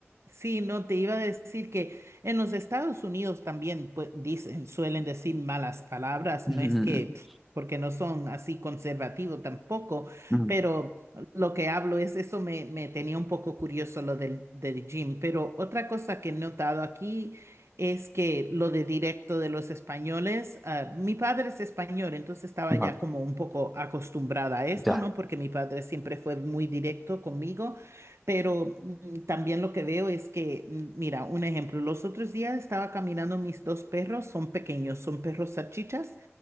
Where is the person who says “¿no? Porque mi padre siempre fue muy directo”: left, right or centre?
Right